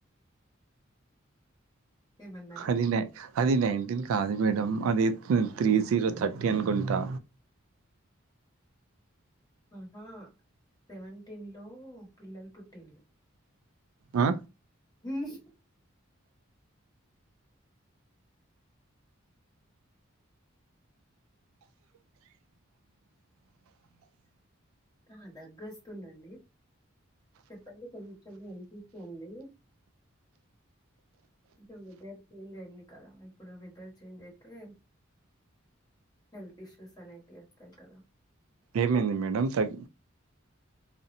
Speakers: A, on the left; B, on the right.
A: ఏమన్నారు?
B: అది నే అది నైన్టీన్ కాదు మేడమ్ అది త్రీ జీరో థర్టీ అనుకుంటా
A: ఆహా సెవెంటీన్ లో పిల్లలు పుట్టిన్లు
B: ఆ
A: ఉమ్ ఆ దగ్గొస్తుందండి చెప్పండి కొంచెం వినిపిస్తుంది కొంచం వెదర్ చేంజ్ అయింది కదా ఇప్పుడు వెదర్ చేంజ్ అయితే హెల్త్ ఇష్యూస్ అనేటియి వస్తాయి కదా
B: ఏమైంది మేడమ్ తగ